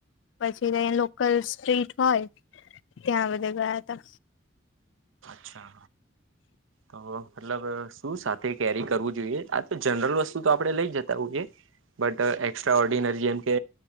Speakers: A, on the left; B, on the right.
A: પછી ત લોકલ સ્ટ્રીટ હોય ત્યાં બધા ગયા ત
B: અચ્છા તો મતલબ શું સાથે કેરી કરવું જોઈએ આ તો જનરલ વસ્તુ તો આપડણે લઈ જતા હોઈએ બટ એકસ્ટ્રા ઓર્ડિનરી જેમકે